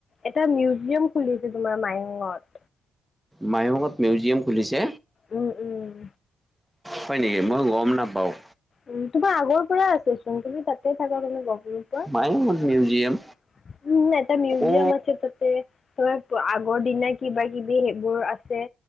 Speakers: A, on the left; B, in the centre.
A: এটা মিউজিয়াম খুলিছে তোমাৰ মায়ংট।
B: মায়ংট মিউজিয়াম খুলিছে।
A: উম, উম।
B: হয় নেকি মই গম নাপাওঁ।
A: উম, তোমাৰ আগৰ পৰা আছে চোন তুমি তাতে থাকা তুমি গম <unintelligible> উম,
B: মায়ঙত মিউজিয়াম
A: এটা মিউজিয়াম
B: অ
A: আছে তাতে। ত আগৰ দিনা কিবা কিবি সেইবোৰ আছে